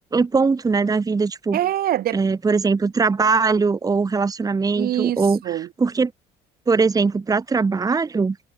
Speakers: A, on the right (about 20°); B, on the right (about 65°).
A: ponto, né, da vida, tipo,
B: é, de-
A: é, por exemplo, trabalho ou relacionamento,
B: isso.
A: ou porque, por exemplo, para trabalho,